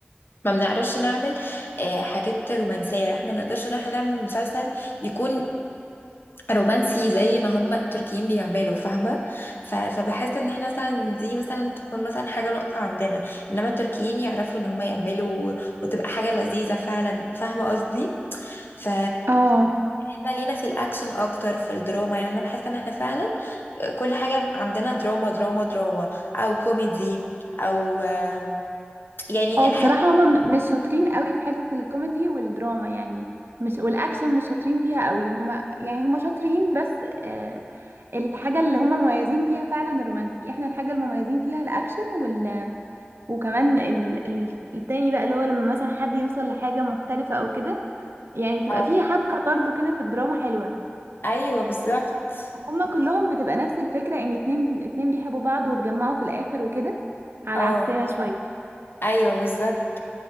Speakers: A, on the left; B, on the right.
A: ما بنعرفش نعمل آه، حاجات رومانسية احنا ما نقدرش ان احنا نعمل مسلسل يكون رومانسي زي ما هم التركيين بيعملوا فاهمة ف- فبحس ان احنا مثلا دي مثلا تكون مثلا حاجة نقطة عندنا انما التركيين يعرفوا ان هم يعملوا وتبقى حاجة لذيذة فعلا فاهمة قصدي ف
B: اه
A: احنا لينا في الاكشن اكتر في الدراما يعني انا بحس ان احنا فعلا كل حاجة عندنا دراما دراما دراما او كوميدي او آم، يعني
B: او
A: الحاجة
B: بصراحة هما م- مش شاطرين قوي في حتة الكوميدي والدراما يعني مش والاكشن مش شاطرين فيها قوي هما يعني هما شاطرين بس آه الحاجة اللي هما مميزين فيها فعلا الرومانسي احنا الحاجة المميزين فيها الاكشن وال وكمان ال... ال... التاني بقى اللي هو لما مثلا حد يوصل لحاجة مختلفة او كده يعني بتبقى
A: أو
B: فيه حبكة برضو كده في الدراما حلوة
A: ايوه بالظبط
B: هما كلهم بتبقى نفس الفكرة ان اتنين اتنين بيحبوا بعض واتجمعوا في الاخر وكده على
A: اه
B: عكسنا شوية
A: ايوه بالظبط